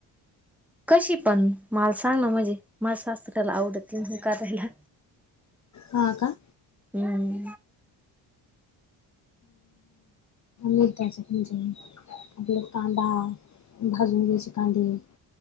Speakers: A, in the centre; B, on the left.
A: कशी पण माला सांगलं म्हणजे माला सासतऱ्याला आवडत त म्ह काराायला
B: हा का
A: हम्
B: म त्यायचे म्हणजे आपल्याला कांदा भाजून घयचे कांदे